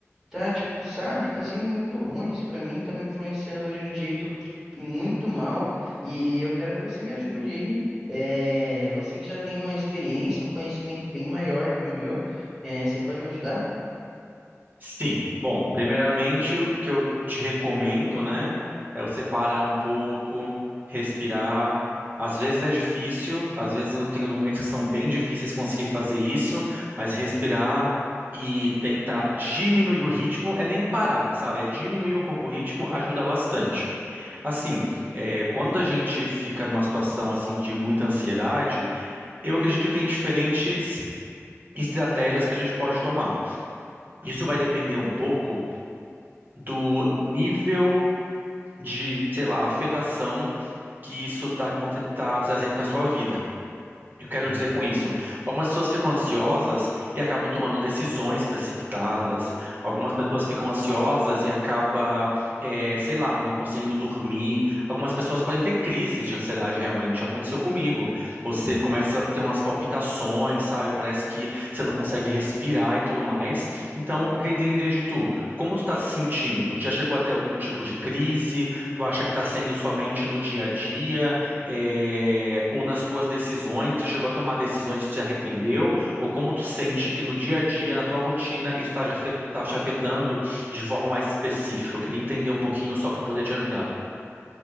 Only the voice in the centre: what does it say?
tá, tipo, sabe, tá sendo muito ruim isso pra mim, tá me influenciando de um jeito muito mal e eu quero que você me ajude aí. É, você que já tem uma experiência, um conhecimento bem maior que o meu, é, você pode me ajudar?
Sim.